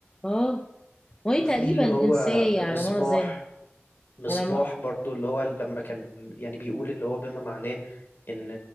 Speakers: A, on the left; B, on the left.
A: اه وهي
B: وفي
A: تقريبا
B: اللي هو
A: انساي
B: مصباح
A: على ما اظن
B: مصباح
A: على ما
B: برضو اللي هو لما كان يعني بيقول اللي هو بما معناه ان